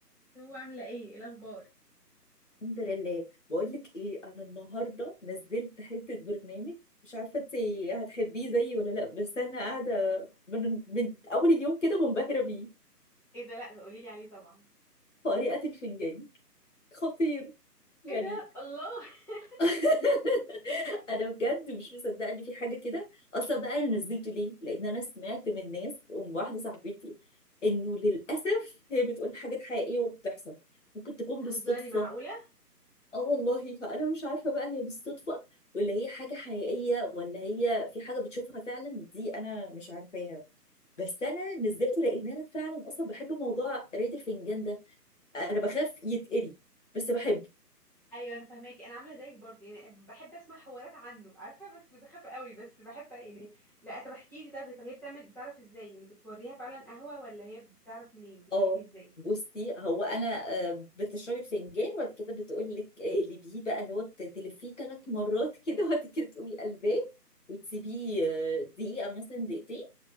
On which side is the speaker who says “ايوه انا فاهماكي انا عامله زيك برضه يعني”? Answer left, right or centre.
Centre